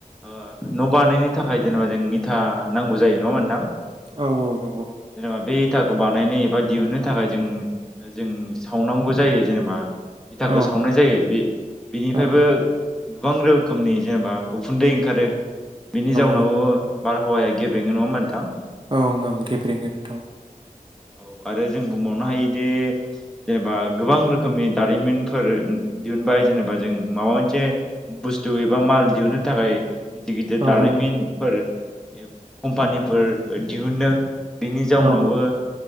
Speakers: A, in the centre; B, on the right (about 35°).
A: ओ न' बानायनो थाखाय जेनेबा जों इथा नांगौ जायो नङा होमबा नोंथां?
B: औ औ नंगौ।
A: जेनेबा बे इथाखौ बानायनो एबा दिहुननो थाखाय जों जों सावनांगौ जायो जेनेबा इथाखौ
B: औ
A: सावनाय जायो बे बेनिफ्रायबो
B: औ
A: गोबां रो खोमनि जेनेबा उखुन्दै ओंखारो बिनि जाउनावबो
B: औ
A: बारहावाया गेब्रेङो नङा होमबा नोंथां।
B: ओं ओं गेब्रेंङो नोथां।
A: औ आरो जों बुंबावनो हायोदि जेनेबा गोबां रोखोमनि दारिमिनफोर दिहुनबाय जेनेबा जों माबा मोनसे बुस्थु एबा माल दिहुननो थाखाय गिदिर गिदिर
B: औ
A: दारिमिनफोर कम्पानिफोर दिहुनदों। बिनि जाउनावबो
B: औ